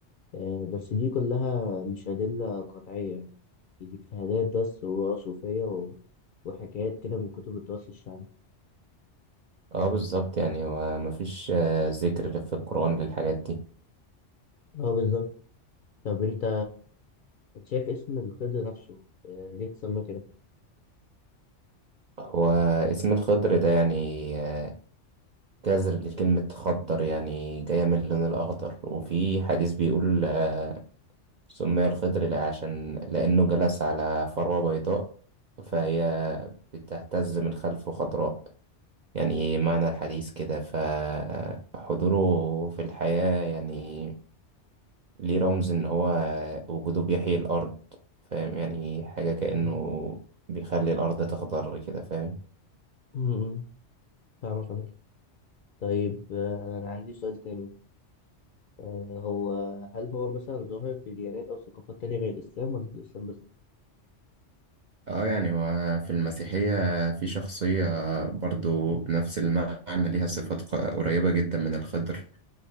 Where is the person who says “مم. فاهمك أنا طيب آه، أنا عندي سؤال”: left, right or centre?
Left